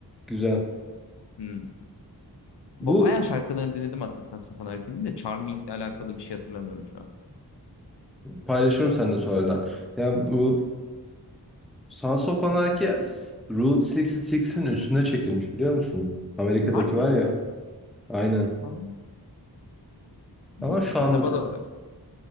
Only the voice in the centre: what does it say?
Güzel.
Bu
paylaşırım seninle sonradan. Ya bu Sons of Anarchy s- Route 66'in üstüne çekilmiş biliyor musun? Amerika'daki
var
ya. Aynen.
Ama şu
anda